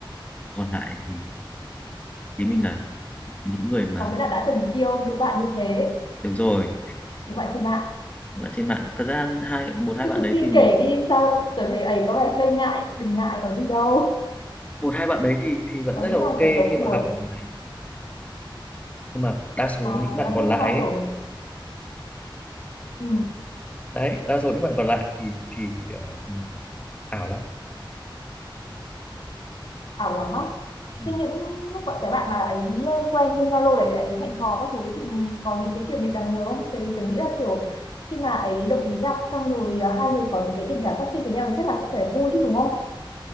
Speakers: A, on the left; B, on the left.
A: còn lại thì ý
B: Ừ.
A: mình là những người mà
B: Có nghĩa là đã từng yêu những bạn như thế,
A: được rồi
B: những bạn trên mạng.
A: những bạn trên mạng thật ra hai một hai
B: Cứ
A: bạn
B: tự
A: đấy
B: tin
A: thì mình
B: kể đi sao? Tớ thấy ấy có vẻ hơi ngại, đừng ngại có gì đâu.
A: một hai bạn đấy thì thì vẫn
B: Có
A: rất
B: nghĩa
A: là ok
B: là kiểu tớ cũng
A: khi mà
B: buồn.
A: gặp ở ngoài nhưng mà đa số
B: À,
A: những bạn
B: thế là
A: còn
B: thế
A: lại
B: nhưng mà
A: ấy,
B: kiểu... Ừ.
A: đấy đa số những bạn còn lại thì thì ờ, ừ, ảo lắm
B: ảo lắm á
A: ừ.
B: thế những lúc bọn cái bạn mà ấy quen trên Zalo đấy ấy hẹn hò các thứ thì có những cái kiểu niệm đáng nhớ không? Tại vì tưởng nghĩ là kiểu khi mà ấy đồng ý gặp xong rồi à, hai người có những cái tình cảm phát sinh với nhau thì chắc là cũng phải vui chứ đúng không?